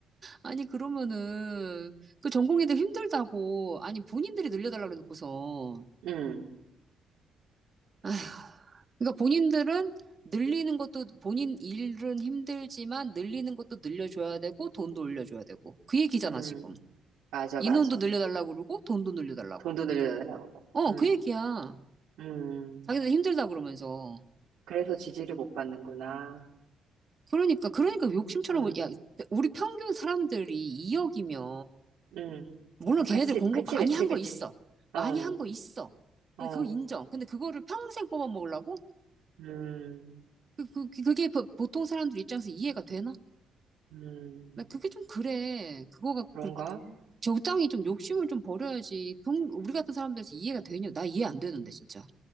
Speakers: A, on the right (about 35°); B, on the right (about 80°).
A: 아니, 그러면은, 그 전공의들 힘들다고. 아니, 본인들이 늘려달라 그래놓고서.
B: 응,
A: 아휴, 그러니까 본인들은 늘리는 것도 본인 일은 힘들지만 늘리는 것도 늘려줘야 되고 돈도 올려줘야 되고 그 얘기잖아
B: 응.
A: 지금
B: 맞아,
A: 인원도
B: 맞아.
A: 늘려달라고 그러고 돈도 늘려달라고
B: 돈도
A: 그러고
B: 늘려달라고.
A: 어
B: 응,
A: 그 얘기야
B: 응.
A: 자기들 힘들다 그러면서
B: 그래서 지지를 못 받는구나.
A: 그러니까 그러니까 욕심처럼
B: 응,
A: 야 우리 평균 사람들이 2억이면
B: 응.
A: 물론 걔네들
B: 같이,
A: 공부
B: 그치,
A: 많이
B: 그치,
A: 한
B: 그치.
A: 거 있어
B: 어,
A: 많이 한 거 있어
B: 어,
A: 근데 그거 인정 근데 그거를 평생 뽑아먹으려고
B: 음.
A: 그, 그, 그게 보- 보통 사람들 입장에서 이해가 되나
B: 음,
A: 나 그게 좀 그래. 그거가
B: 그런가?
A: 그렇게 적당히 좀 욕심을 좀 버려야지. 동- 우리 같은 사람들에서 이해가 되냐? 나 이해 안 되는데 진짜.